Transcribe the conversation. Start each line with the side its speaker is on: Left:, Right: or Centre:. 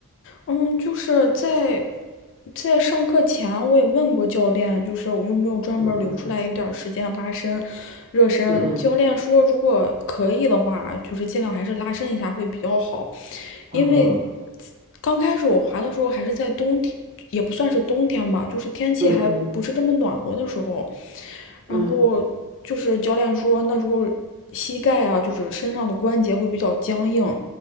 Left: 嗯，就是在在上课前，我也问过教练，就是我用不用专门留出来一点儿时间拉伸、
Right: 嗯嗯
Left: 热身。
Right: 嗯嗯
Left: 教练说，如果可以的话，就是尽量还是拉伸一下会比较好。
Right: 嗯哦
Left: 因为刚开始我滑的时候还是在冬天，也不算是冬天吧，就是天气还不是这么暖和的时候，
Right: 嗯嗯
Left: 然后就是教练说那时候膝盖啊，
Right: 嗯，
Left: 就是身上的关节会比较僵硬，